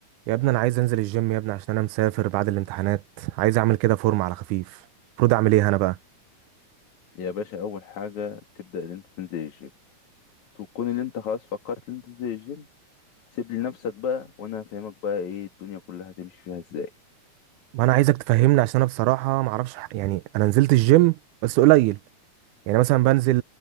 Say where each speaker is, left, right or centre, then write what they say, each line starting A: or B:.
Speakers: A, on the right (about 80°); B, on the left (about 65°).
A: يا ابني انا عايز انزل الجيم يا ابني عشان انا مسافر بعد الامتحانات عايز اعمل كده فورم على خفيف المفروض اعمل ايه انا بقى
B: يا باشا اول حاجه تبدا ان انت تنزل الجيم تكون اللي انت خلاص فكرت ان انت تنزل الجيم سيب لي نفسك بقى وانا هفهمك بقى ايه الدنيا كلها هتمشي فيها ازاي
A: ما انا عايزك تفهمني عشان انا بصراحه ما اعرفش ح- يعني انا نزلت الجيم بس قليل يعني مثلا بنزل